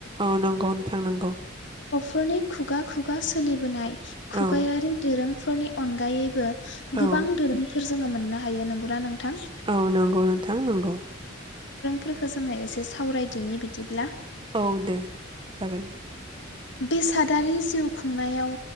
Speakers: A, on the right; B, on the left.
A: औ नंगौ नोंथां नंगौ।
B: फोरनि खुगा खुगा सोलिबोनाय खुगायारि
A: औ
B: दोरोंफोरनि अनगायैबो
A: औ
B: गोबां दोरोमफोर जोङो मोननो हायो नंगौना नोंथां।
A: औ नंगौ नोंथां नंगौ।
B: फोरखो जोङो एसे सावरायदोनि बिदिब्ला।
A: औ दे जागोन
B: बेसे सादारि जिउ खुंनायाव।